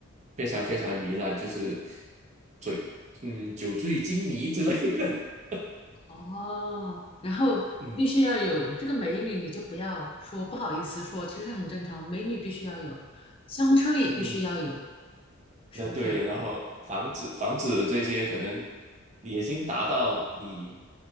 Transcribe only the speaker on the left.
哦，然后必须要有这个美女，
你就不要说不好意思说，其实很正常，美女必须要有，香车也必须要有，
是不是？